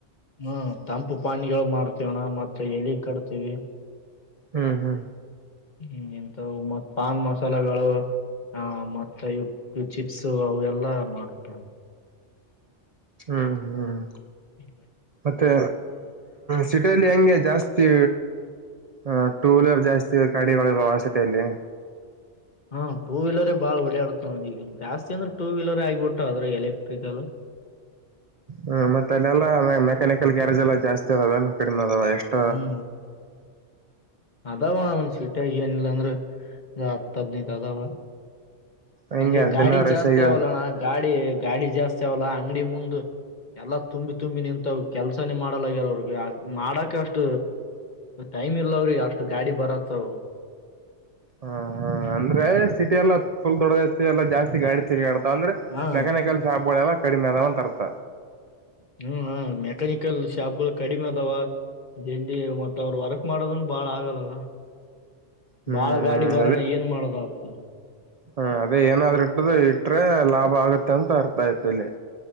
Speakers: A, on the left (about 40°); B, on the right (about 45°).
A: ಹ್ಮ ತಂಪು ಪಾನಿಗೋಳು ಮಾಡ್ತಿವಣ್ಣ ಮತ್ತ ಎಲಿ ಕಟ್ತೀವಿ.
B: ಹ್ಮ್ ಹ್ಮ್
A: ಹ್ಮ್ ಹಿಂತವ್ ಮತ್ ಪಾನ್ ಮಸಾಲಗಳು. ಹಾ ಮತ್ತ ಇವ್ ಚಿಪ್ಸಗಳು ಅವೆಲ್ಲಾ ಮಾಡ್ತೇವ.
B: ಹ್ಮ್ ಹ್ಮ್
A: ಹ್ಮ
B: ತ್ತೆ ಸಿಟಿಯಲಿ ಹೆಂಗೆ ಜಾಸ್ತಿ ಹ ಟೂ ವೀಲರ್ ಜಾಸ್ತಿ ಗಾಡಿಗೊಳ ಇದಾವ ಸಿಟಿಯಲ್ಲಿ.
A: ಹಾ ಟೂ ವೀಲರೇ ಬಾಳ್ ಒಡ್ಯಾಡತಾವ್ ಇಲ್ಲಿ ಜಾಸ್ತಿ ಅಂದುರ್ ಟೂ ವೀಲರೇ ಆಗಿಬಿಟ್ಟವ ಅದರೆ ಎಲೆಕ್ಟ್ರಿಕಲ್.
B: ಹ್ಮ ಮತ್ತ ಅಲ್ಲೆಲ್ಲಾ ಮೆಕ್ಯಾನಿಕಲ್ ಗ್ಯಾರೇಜ್ ಎಲ್ಲಾ ಜಾಸ್ತಿ ಅದವೇನ್ ಕಡಿಮೆ ಅದಾವ ಎಷ್ಟ
A: ಈ ಅದಾವಣ ಒಂದ ಸಿಟ್ಯಾಗ್ ಏನಿಲ್ಲ ಅಂದ್ರ. ಅ ಹತ್ತ ಹದನೈದ್ ಅದಾವ.
B: ಹೆಂಗೆ
A: ಅಂದ್ರೆ ಗಾಡಿ
B: ದಿನ ರಶ್
A: ಜಾಸ್ತಿ
B: ಆಗಿ
A: ಅವಲಣ್ಣ ಗಾಡಿ ಗಾಡಿ ಜಾಸ್ತಿ ಅವಲ್ಲ ಅಂಗಡಿ ಮುಂದು ಎಲ್ಲಾ ತುಂಬಿ ತುಂಬಿ ನಿಂತವ ಕೆಲ್ಸಾನೇ ಮಾಡಲಗ್ಯರ ಅವ್ರಿಗೆ ಆಗ್ ಮಾಡಕ ಅಷ್ಟ ಟೈಮ್ ಇಲ್ಲ ಅವ್ರಿಗ ಅಷ್ಟ ಗಾಡಿ ಬರಾತಾವ್.
B: ಹಾ ಹ ಅಂದ್ರ ಸಿಟಿ ಎಲ್ಲ ಫುಲ್ ದೊಡ್ಡದೈತಿ ಎಲ್ಲಾ ಜಾಸ್ತಿ ಗಾಡಿ ತಿರಗ್ಯಾಡ್ ಅಂದ್ರ
A: ಹಾ
B: ಮೆಕ್ಯಾನಿಕಲ್ ಶಾಪ್ಗಳೆಲ್ಲ ಕಡಿಮೆ ಅದವಂತ್ ಅರ್ಥ.
A: ಹ್ಮ್ ಹ ಮೆಕ್ಯಾನಿಕಲ್ ಶಾಪ್ಗೋಳ ಕಡಿಮೆ ಅದಾವ ಎಲ್ಲಿ ಮತ್ ಅವರ್ ವಾರ. ಮಾಡೋದನ್ ಬಾಳ ಆಗಲ್ ಅಲಾ
B: ಹ್ಮ್
A: ಬಾಳ್ ಗಾಡಿ ಬರಣ ಏನ್ ಮಾಡೋದ ಆಗ್ತದ.
B: ಹ್ಮ ಅದೇ ಏನಾದ್ರು ಹಿಡದ ಇಟ್ರ ಲಾಭ ಆಗತ್ತ ಅಂತ ಅರ್ಥ ಐತ್ ಇಲ್ಲಿ.